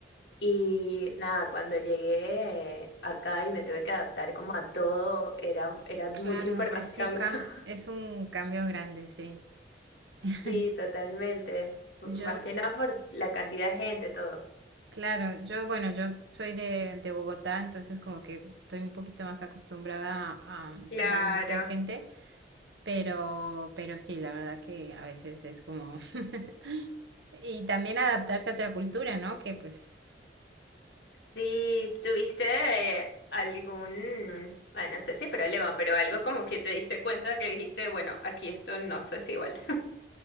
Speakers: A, on the left (about 65°); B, on the right (about 80°).
A: Y nada, cuando llegué acá y me tuve
B: Eh,
A: que adaptar como a todo, era, era mucha
B: Claro,
A: información.
B: es un cam-
A: <laughs>
B: es un cambio grande, sí. <laughs>
A: Sí, totalmente. Más
B: Yo,
A: que nada por la cantidad de gente, todo.
B: claro, yo, bueno, yo soy de, de Bogotá, entonces como que estoy un poquito más acostumbrada a, a
A: Claro.
B: movimiento de gente, pero, pero sí, la verdad que a veces es como... <laughs> Y también adaptarse a otra cultura, ¿no? Que pues
A: Sí, ¿tuviste eh, algún, ah, no sé si problema, pero algo como que te diste cuenta que dijiste, bueno, aquí esto no sé si igual. <laughs>